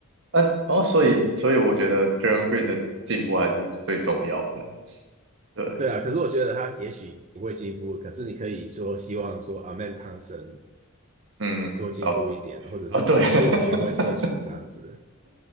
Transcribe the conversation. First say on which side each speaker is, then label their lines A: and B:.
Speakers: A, on the right; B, on the right.
A: 啊，哦，所以所以我觉得 j o h n Green 的进步还是最重要的，对，
B: 对啊，可是我觉得他也许不会进步，可是你可以说希望说阿曼汤神
A: 嗯，
B: 多进步一点，
A: 哦
B: 或者是先共学会射球这样子。
A: 哦对。<laughs>